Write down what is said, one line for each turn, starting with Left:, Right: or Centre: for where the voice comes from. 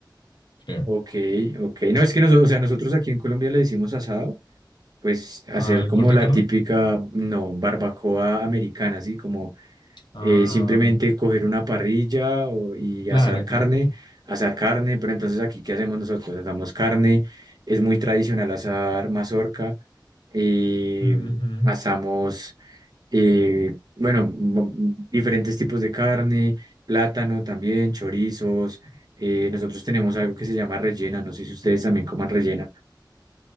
Left: Creo.
Right: Ok, ok. No, es que nosotros, o sea, nosotros aquí en Colombia le decimos asado, pues hacer
Left: ¿Al
Right: como
Left: corte
Right: la
Left: de carne?
Right: típica, no, barbacoa americana, así como
Left: Ah,
Right: eh, simplemente coger una parrilla o- y
Left: claro,
Right: asar carne,
Left: claro, claro.
Right: asar carne, pero entonces aquí, ¿qué hacemos nosotros? Asamos carne, es muy tradicional asar mazorca, eh,
Left: Ujú.
Right: asamos eh, bueno, mo- diferentes tipos de carne, plátano también, chorizos. eh, nosotros tenemos algo que se llama rellena, no sé si ustedes también coman rellena.